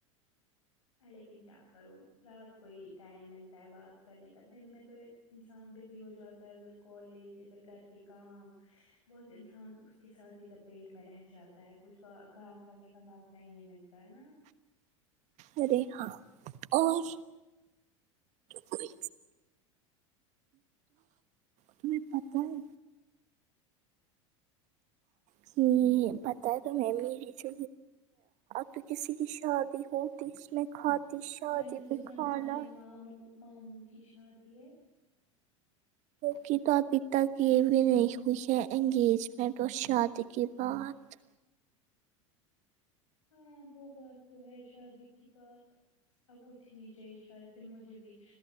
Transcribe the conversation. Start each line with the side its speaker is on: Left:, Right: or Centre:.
Left: لیکن کیا کروں رات کو ہی ٹائم ملتا ہے بات کرنے کا دن میں تو انسان بزی ہو جاتا ہے ادھر کالج ادھر گھر کے کام بہت انسان اس کے ساتھ ہی پیٹ میں رہ جاتا ہے کچھ کا کام کرنے کا موقع ہی نہیں ملتا ہے نا
Right: ارے ہاں اور کوئی تمہیں پتہ ہے کی پتے ہے تو میں میری چ تو کسی کی شادی ہو تی اس میں کھاتی شادی
Left: میں نے سنا
Right: پہ کھانا
Left: تمہارے ماموں ماموں کی شادی ہے
Right: جوکہ تو ابھی تک یہ بھی نہیں ہوئی ہے انگیجمنٹ اور شادی کے بعد
Left: ہاں وہ بات تو ہے شادی کی بات اب اٹنی نہیں چاہیے شاید پھر مجھے بھی